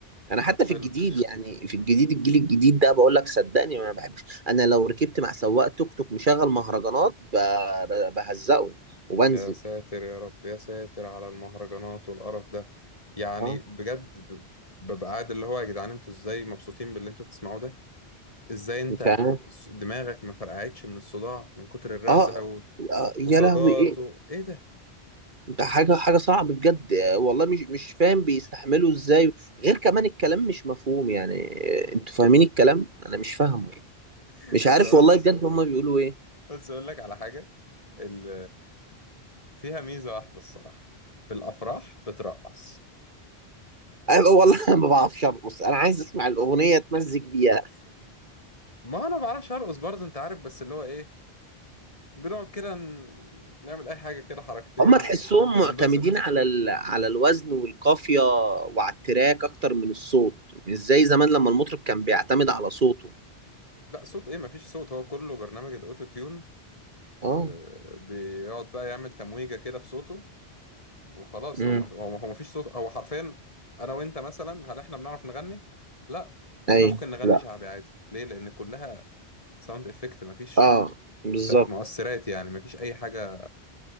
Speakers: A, on the right; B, on the left.
A: انا حتى
B: طب حلو
A: في الجديد يعني في الجديد الجيل الجديد ده بقول لك صدقني ما بحبش انا لو ركبت مع سواق توك توك مشغل مهرجانات ب- ب- بهزقه وبنزل
B: يا ساتر يا رب يا ساتر على المهرجانات والقرف ده يعني
A: اه
B: بجد ب- ببقى قاعد اللي هو يا جدعان انتوا ازاي مبسوطين باللي انتوا بتسمعوه ده ازاي انت
A: مش عارف
B: س- دماغك ما فرقعتش من الصداع من كتر الرزع
A: اه
B: و...
A: آه، يا
B: وسجاط
A: لهوي ايه
B: و... ايه ده
A: ده حاجه حاجه صعبه بجد آه، والله مش مش فاهم بيستحملوا ازاي غير كمان الكلام مش مفهوم يعني آه، انتوا فاهمين الكلام انا مش فاهمه
B: <laughs>
A: مش
B: بس
A: عارف
B: اقول
A: والله بجد هما بيقولوا ايه
B: بس اقول لك على حاجة ال... فيها ميزة واحدة الصراحة في الافراح بترقص
A: أيوة والله <laughs> انا ما بعرفش ارقص انا عايز اسمع الاغنيه اتمزج بيها
B: ما انا ما بعرفش ارقص برضه انت عارف بس اللي هو ايه بنقعد كده ن... نعمل اي حاجة كده حركتين
A: هما تحسهم
B: و... وننبسط
A: معتمدين على ال... على الوزن والقافيه وعلى التراك اكتر من الصوت مش زي زمان لما المطرب كان بيعتمد على صوته
B: لا صوت ايه مفيش صوت هو كله برنامج الاوتو تيون
A: اه
B: آه، بيقعد بقى يعمل تمويجة كده في صوته وخلاص
A: امم
B: هو مف... هو هو مفيش صوت هو حرفيا انا وانت مثلا هل احنا بنعرف نغني لا
A: ايوه
B: احنا ممكن نغني
A: لا
B: شعبي عادي ليه لان كلها ساوند افكت مفيش
A: اه بالظبط
B: ت- مؤثرات يعني مفيش اي حاجة